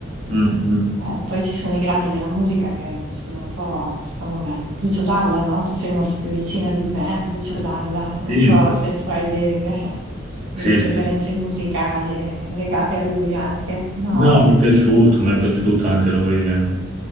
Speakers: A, on the right; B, on the right.
A: mm, mm.
B: Eh, poi ci sono i gradi della musica che sono un po', secondo me, Lucio Dalla, no? Tu sei molto più vicina di me, Lucio Dalla. Non
A: Sì,
B: so se tu hai de- de- delle
A: sì,
B: preferenze
A: sì.
B: musicali legate a lui anche, no?
A: No, mi è piaciuto, mi è piaciuto anche lui, le- mm,